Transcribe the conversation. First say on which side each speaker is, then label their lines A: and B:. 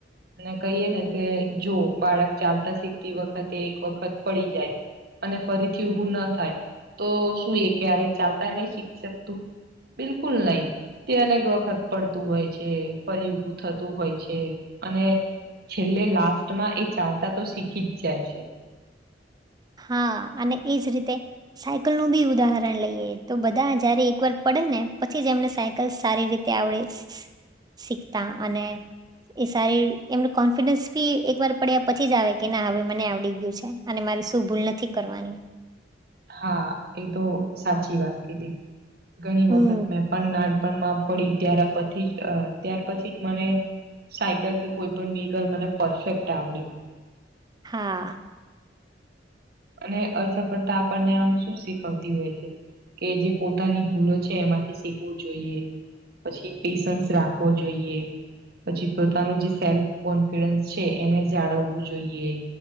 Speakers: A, on the right; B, on the right.
A: અને કહીએ ને કે જો બાળક ચાલતા શીખતી વખતે એક વખત પડી જાય અને ફરીથી ઉભું ના થાય તો શું એ ક્યારે ચાલતા નહી શીખી શકતું. બિલકુલ નહી તે અનેક વખત પડતું હોય છે, ફરી ઉભું થ- તુ હોય છે અને છેલ્લે લાસ્ટમાં એ ચાલતા તો શીખી જ જાય છે.
B: હા અને એજ રીતે સાયકલ નું બી ઉદાહરણ લઈએ તો બધાય જયારે એકવાર પડે ને પછી જ એમને સાયકલ સારી રીત તે આવડે શીખતા અને એ સારી એમનું કોન્ફિડન્સ ભી એકવાર પડ્યા પછી જ આવે કે ના હવે મને આવડી ગયું છે અને મારે તું ભૂલ નથી કરવાની,
A: હા એ તો સાચી વાત કીધી, ઘણી વખત
B: હમ
A: મેં પણ નાનપણમાં પડી, ત્યારે પતીજ અ ત્યાર પછી જ મને સાયકલ કે કોઈ પણ વ્હીકલ મને પરફેક્ટ આવડ્યું.
B: હા.
A: અને અસફળતા આપણને આમ શું શીખવતી હોય છે, એ જે પોતાની ભૂલો છે એમાંથી શિખવું જોઈએ. પછી પેશન્સ રાખવો જોઈએ, પછી પોતાનું જે સેલ્ફ- કોન્ફિડન્સ છે એને જાળવવું જોઈએ,